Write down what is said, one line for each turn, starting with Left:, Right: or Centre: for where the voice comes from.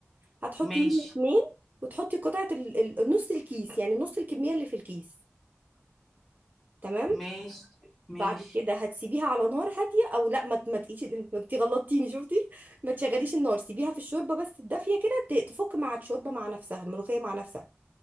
Right: هتحطي
Centre: ماشي
Right: منه اتنين وتحطي قطعة ال- ال- نص الكيس يعني نص الكمية اللي في الكيس تمام
Centre: ماشي ماشي
Right: بعد كده هتسيبيها على نار هادية او لا ما ت- ما تقيش <laughs> انت غلطتيني شفتي ما تشغليش النار سيبيها في الشوربة بس الدافية كده ت- تفك مع الشوربة مع نفسها الملوخية مع نفسها